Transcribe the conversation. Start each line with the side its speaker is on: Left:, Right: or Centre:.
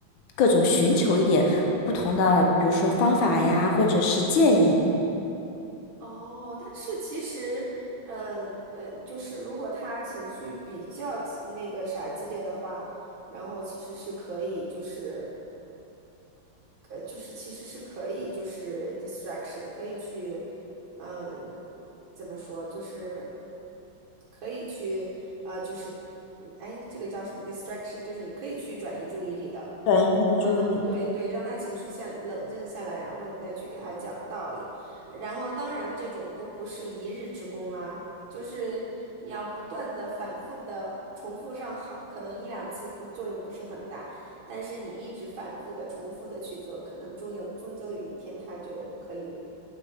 Left: 各种寻求一点不同的，比如说方法呀，或者是建议，
Right: 哦，但是其实，嗯嗯，就是如果他情绪比较激那个啥激烈的话，然后其实是可以就是呃，就是其实是可以，就是 distraction 可以去，嗯，怎么说，就是可以去，呃，就是嗯哎，这个叫什么 distraction，就是可以去转移注意力的。
Left: 转移他的注意力。
Right: 嗯嗯，对对，让他情绪下冷静下来，然后你再去给他讲道理。然后当然这种都不是一日之功啦，就是你要不断的反复的重复上好，可能一两次不作用不是很大。但是你一直反复的、重复的去做，可能终有终究有一天他就可以